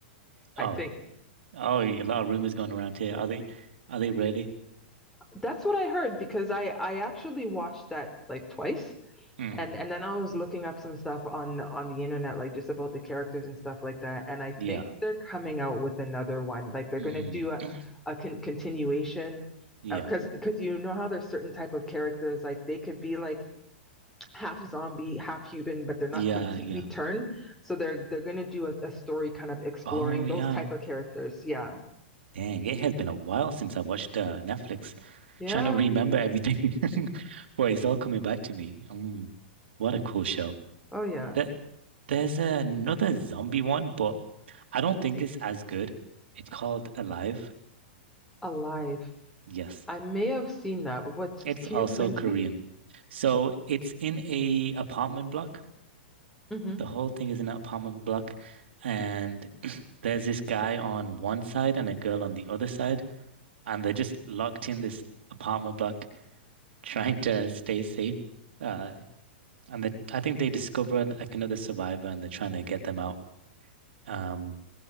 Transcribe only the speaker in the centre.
I
think.
That's what I heard because I I actually watched that like twice
And and then I was looking up some stuff on on the internet, like just about the characters and stuff like that. And I
think they're coming out with another one. Like they're gonna
do a, a con continuation
of because because you know how there's certain type of characters like they could be like half zombie, half human, but they're
not completely
turned. So they're they're gonna do a, a story kind of exploring
those type of characters. Yeah.
Yeah.
Oh yeah.
Alive.
I may have seen that. What's
can
you explain
it to
me?